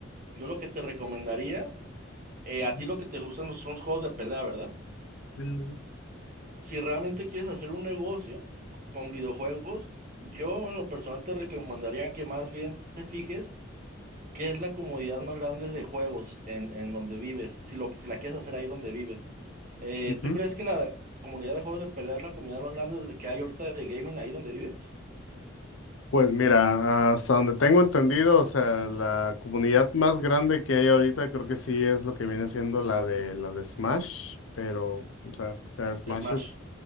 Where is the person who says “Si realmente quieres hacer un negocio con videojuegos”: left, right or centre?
Right